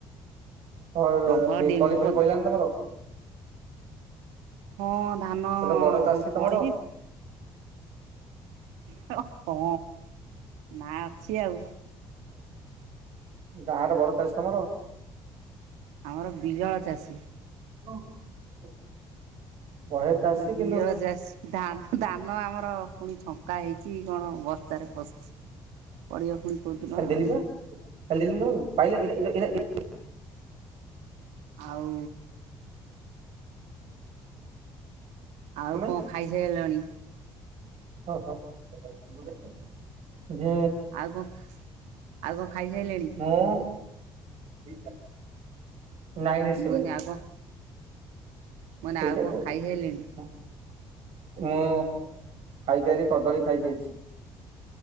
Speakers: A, on the right; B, on the right.
A: <unintelligible>
B: ପ୍ରବଳ ଡେଙ୍ଗୁ
A: ତଳି ଫଳି
B: କରିଦେଲା
A: ପଇଲାଣି ତମର?
B: ହଁ ଧାନ
A: ତମର ବଡ ଚାଷୀ ତମର
B: ପଡ଼ିଚି। ହଁ ନା ଅଛି ଆଉ।
A: ଗାଁରେ ବଡ ଚାଷୀ ତମର।
B: ଆମର ବିରଳ ଚାଷୀ।
A: <unintelligible> ବହେ ଚାଷୀ
B: ବିରଳ
A: କିନ୍ତୁ
B: ଚାସ୍ ଧା ଧାନ ଆମର ପୁଣି ଛଙ୍କା ହେଇଚି କଣ ବସ୍ତାରେ ପଶିଚି। ପଡ଼ିବ ପୁଣି। କୋଉଦିନ
A: କାଲି ଦେଲି
B: ଆଉ
A: ପା। କାଲି ଦେଲିନି ତମକୁ ପାଇଲ। <unintelligible>
B: ଆଉ ଆଉ
A: ତମେ
B: କଣ ଖାଇ ସାଇଲଣି?
A: ହ ହ। <unintelligible> ଯେ
B: ଆଉ କଣ ଆଉ କଣ ଖାଇସାଇଲେଣି?
A: <unintelligible> ନାଇନ୍, ଏଇଟ୍, ସେଭେନ୍।
B: ମୁଁ କହିନି ଆଉ କଣ ମୁଁ କହିନି
A: ସେଇଟା
B: ଆଉ କଣ
A: କର।
B: ଖାଇସାରିଲେଣି
A: ହଁ। ମୁଁ ଖାଇକି ଆଇଲି, କଦଳୀ ଖାଇକି ଆଇଚି।